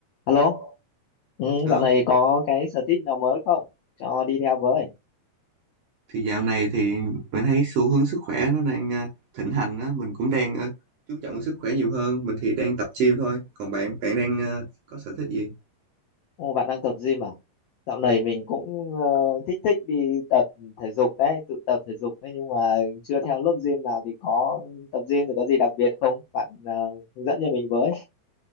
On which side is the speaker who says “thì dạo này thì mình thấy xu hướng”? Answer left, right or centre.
Right